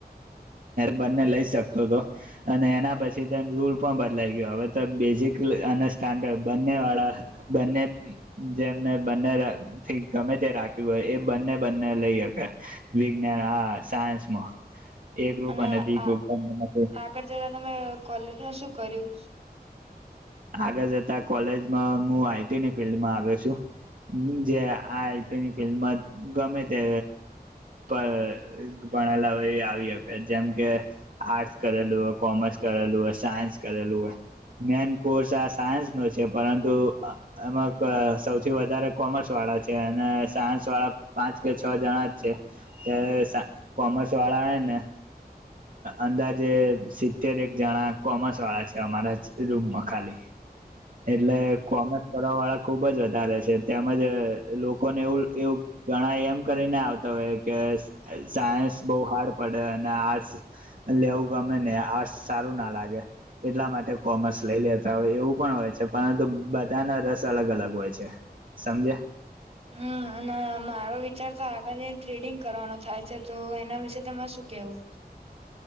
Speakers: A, on the right (about 55°); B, on the right (about 40°).
A: બંને લઈ શકતો હતો અને એના પછી તે રૂલ પણ બદલાઈ ગયો હવે તો બેઝિક અને સ્ટાન્ડર્ડ બંને વાળા બંને જેમને બંનેથી ગમે તે રાખ્યું હોય એ બંને બંને લઈ હકે વિજ્ઞાન હા સાયન્સમાં એ ગ્રુપ
B: અને
A: બી
B: આ
A: ગ્રુપ બંને
B: આગળ જતા તમે કોલેજ ન શું કર્યું
A: આગળ જતા કોલેજમાં હું આઈટીની ફિલ્ડમાં આવ્યો છું જે આ આઈટીની ફિલ્ડમાં ગમે તે ભણેલા એ આવી શકે જેમકે આર્ટસ કરેલું હોય કોમર્સ કરેલું હોય સાયન્સ કરેલું હોય મેન કોર્સ આ સાયન્સનો છે પરંતુ એમાં ક સૌથી વધારે કોમર્સવાળા છે અને સાયન્સવાળા પાંચ કે છ જણા જ છે એ્યારે સા કોમર્સવાળા ને અંદાજે સિત્તેર એક જણા કોમર્સવાળા છે અમારા જ રૂમમાં ખાલી એટલે કોમર્સ કરવા વાળા ખુબ જ વધારે છે તેમજ લોકોને એવું એવું ઘણા એમ કરીને આવતા હોય કે સાયન્સ બહુ હાર્ડ પડે અને આર્ટસ લેવું ગમે ને આર્ટસ સારું ના લાગે એટલા માટે કોમર્સ લઈ લેતા હોય એવું પણ હોય પરંતુ બધાના રસ અલગ અલગ હોય છે સમજે
B: હમ અને મારો વિચાર તો આગળ ટ્રેડિંગ કરવાનો થાય છે તો એના વિશેે તમારે શું કેવું